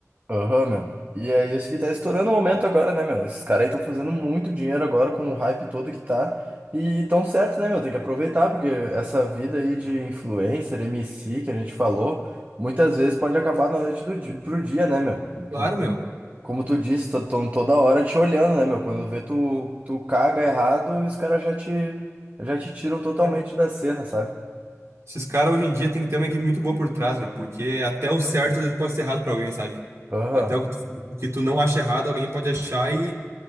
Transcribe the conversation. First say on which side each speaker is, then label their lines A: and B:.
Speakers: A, on the right; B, on the right.
A: Aham, meu. E é isso que tá estourando o momento agora, né, meu? Esses caras aí estão fazendo muito dinheiro agora com o hype todo que tá. E tão certo, né, meu? Tem que aproveitar, porque essa vida aí de influencer, M C que a gente falou, muitas vezes pode acabar na noite do dia, pro dia, né, meu?
B: Claro, meu.
A: Como tu disse, estão toda hora te olhando, né, meu? Quando vê tu, tu caga errado e os caras já te, já te tiram totalmente
B: É.
A: da cena, sabe?
B: Esses caras hoje em dia tem que ter uma equipe muito boa por trás, meu, porque até o certo às vezes pode ser errado pra alguém, sabe?
A: Aham,
B: Até o que, tu, o que tu não acha errado, alguém pode achar e